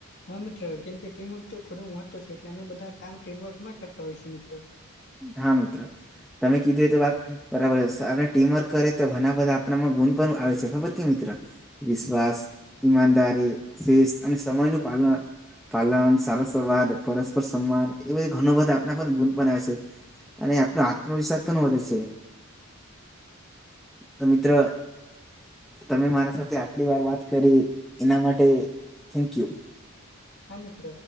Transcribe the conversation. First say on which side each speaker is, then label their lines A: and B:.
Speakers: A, on the left (about 50°); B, in the centre.
A: હા મિત્રો કેમ કે ટીમવર્ક તો ખોું મહત્વ છે એટલે અમે બધા કામ ટીમવર્ક માં કરતા હોયી મિત્રો.
B: હા મિત્રો તમે કીધું એ તો વાત. બરાબર આપણે ટીમવર્ક કરીએ તો ઘણા બધા આપણામાં ગુણ પણ આવે છે ખબર કે મિત્ર. વિશ્વાસ ઈમાદારી શિસ્ત અને સમય નું પાલન પાલન સારા સંવાદ પરસ્પર સન્માન બધ ઘણો બધા પણ ગુલ બનાવે છે અને આપનો આત્મવિશ્વાસ પણ વધે છે. તો મિત્ર તમે મારા સાથે આટલી વાર વાત કરી એના માટે થેન્ક યુ
A: હા મિત્ર